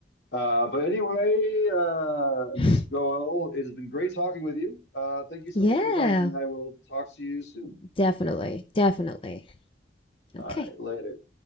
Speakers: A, on the left; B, on the left.
A: Uh, but anyway, uh,
B: <laughs>
A: Miss Goel, it has been great talking with you. Uh, thank you so
B: yeah.
A: much for the time, and I will talk to you soon.
B: Definitely. Definitely.
A: All
B: Okay.
A: right, later.